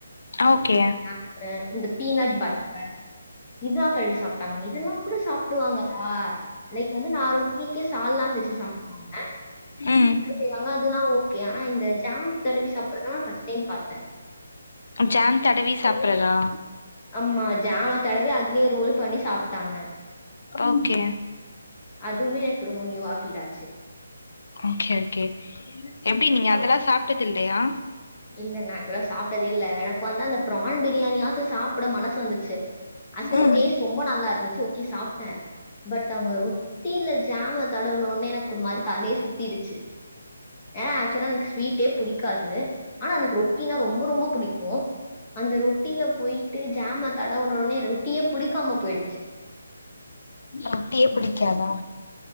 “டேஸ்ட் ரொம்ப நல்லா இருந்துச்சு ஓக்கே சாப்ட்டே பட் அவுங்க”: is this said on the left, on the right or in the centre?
Left